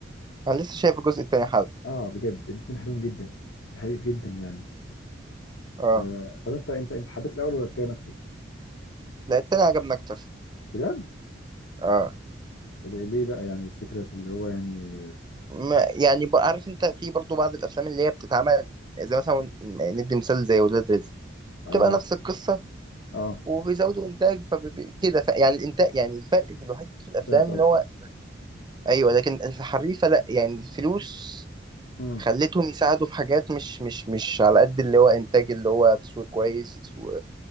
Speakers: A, on the right (about 25°); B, on the left (about 85°).
A: انا لسه شايف الجزء التاني حالا
B: اه بجد الاتنين حلوين جدا حقيقي جدا يعني
A: اه
B: آه طب انت انت انت حبيت الاول ولا التاني اكتر
A: لا التاني عجبني اكتر
B: بجد
A: اه
B: ال- ليه بقى يعني فكرة اللي هو يعني
A: ما يعني بقى عارف انت في برضو بعض الافلام اللي هي بتتعمل زي مثلا ندي مثال زي ولاد رزق
B: اه
A: بتبقى نفس القصه
B: اه
A: وبيزودوا انتاج فكده ف... يعني الانتاج يعني الفرق في الوحيد في الافلام
B: فهمت قصدي
A: ان هو ايوه لكن في الحريفه لا يعني الفلوس
B: امم
A: خلتهم يساعدوا في حاجات مش مش مش على قد اللي هو انتاج اللي هو تصوير كويس و...